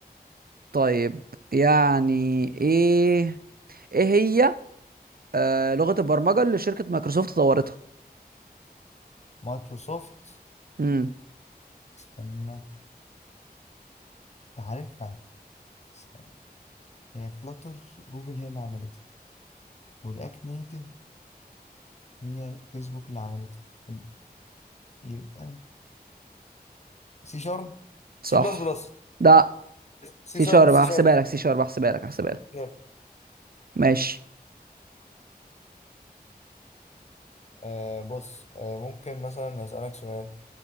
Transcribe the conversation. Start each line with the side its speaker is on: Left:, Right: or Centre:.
Right: طيب يعني ايه ايه هي آه، لغة البرمجة اللي شركة مايكروسوفت طورتها
Left: مايكروسوفت
Right: امم
Left: استنى أنت عارفها استنى هي فلاتر جوجل هي اللي عملتها ورياكت نيتف هي فيسبوك اللي عملته طب يبقى سي شارب
Right: صح
Left: سي بلس بلس
Right: ده
Left: سي
Right: سي
Left: شارب
Right: شارب
Left: سي
Right: هحسبها
Left: شارب
Right: لك سي شارب هحسبها لك هحسبها لك
Left: سي شارب
Right: ماشي
Left: آه بص آه ممكن مثلا أسألك سؤال